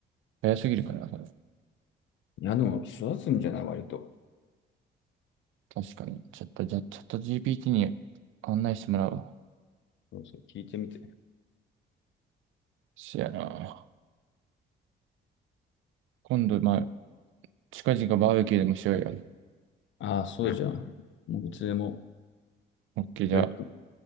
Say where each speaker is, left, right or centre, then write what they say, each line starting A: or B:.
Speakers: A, on the right; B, on the left.
A: 早すぎるかな、それ
B: いや、でも育つんじゃない割と。
A: 確かに。ちょっと、じゃあ、チャット GPT に案内してもらうわ。
B: そうそう、聞いてみて。
A: そやな。今度、まあ、近々バーベキューでもしようよ。
B: ああ、そうじゃん。<laughs> もういつでも
A: オッケー、じゃあ、
B: ウェルカム。